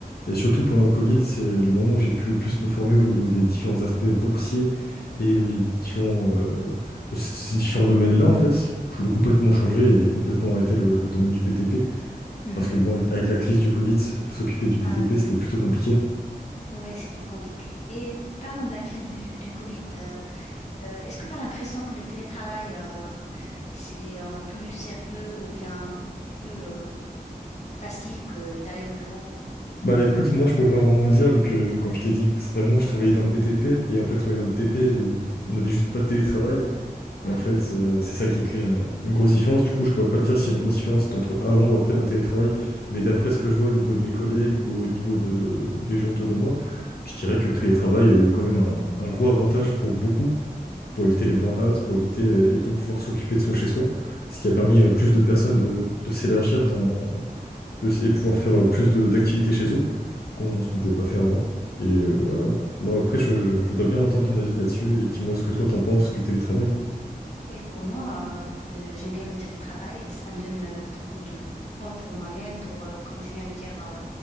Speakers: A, on the left; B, on the left.
A: Et surtout, pendant le Covid, c'est le moment où j'ai pu le plus me former au niveau des différents aspects boursiers et au niveau des différents, euh, de ces différents domaines-là, en fait. Je voulais complètement changer et complètement arrêter le, le domaine du BTP.
B: Mhm.
A: Parce que, bon, avec la crise du Covid, s'occuper du
B: Ah
A: BTP,
B: ouais, ouais,
A: c'était plutôt compliqué.
B: ouais, c'était compliqué. Et parlons de la crise du, du Covid. euh, euh, est-ce que tu as l'impression que le télétravail euh, c'est euh, plus sérieux ou bien plus euh, facile que d'aller au bureau?
A: Bah écoute, moi je pouvais pas vraiment dire vu que comme je t'ai dit précédemment, je travaillais dans le BTP et en fait travailler dans le BTP, le- on n'avait juste pas de télétravail
B: Ah
A: et en fait
B: ouais,
A: euh, c'est ça qui crée un- une grosse différence. Du coup, je pourrais pas te dire s'il y a une grosse différence entre avant ou après dans le télétravail, mais d'après ce que je vois au niveau de mes collègues ou au niveau de des gens autour de moi, je dirais que le télétravail a eu quand même un, un gros avantage pour beaucoup, pour éviter les burn-out, pour éviter euh, et pour pouvoir s'occuper de son chez-soi, ce qui a permis
B: oui.
A: euh, plus de personnes de, de s'élargir dans de, et pouvoir faire euh, plus de- d'activités chez eux qu'on ce qu'on pouvait pas faire avant. Et euh, voilà. Moi, après, je, je voudrais bien entendre ton avis là-dessus et dis-moi ce que toi t'en penses du télétravail.
B: Oui, pour moi, euh, euh, j'aime bien le télétravail. Ça me donne euh, beaucoup de temps pour moi-même, pour, euh, comme tu viens de dire, euh,